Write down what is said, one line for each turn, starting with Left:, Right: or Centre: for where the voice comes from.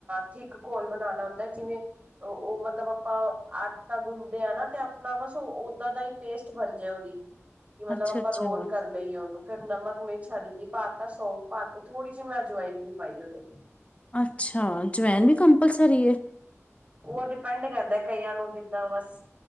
Right: ਥਿਕ ਘੋਲ ਬਣਾਣਾ ਹੁੰਦਾ ਜਿਵੇਂ ਓ-ਓ ਮਤਲਬ ਆਪਾਂ ਆਟਾ ਗੁੰਨਦੇ ਆ ਨਾ ਤੇ ਆਪਣਾ ਬਸ ਓਦਾਂ ਦਾ ਈ ਪੇਸਟ ਬਣ ਜਏ। ਵੀ-ਵੀ ਮਤਲਬ
Left: ਅੱਛਾ
Right: ਆਪਾਂ
Left: ਅੱਛਾ
Right: ਰੋਲ ਕਰ ਲਈਏ ਉਨੂੰ ਫਿਰ ਨਮਕ, ਮਿਰਚ, ਹਲਦੀ ਪਾਤਾ ਸੌਂਫ ਪਾ ਤੇ ਥੋੜੀ ਜਿਹੀ ਮੈਂ ਜੁਆਇਨ ਵੀ ਪਾਈ ਉਦੇ
Left: ਅੱਛਾ ਜੁਆਇਨ ਵੀ ਕੰਪਲਸਰੀ ਏ।
Right: ਓ ਡਿਪੈਂਡ ਕਰਦਾ ਕਈਆਂ ਨੂੰ ਜਿੱਦਾਂ ਬਸ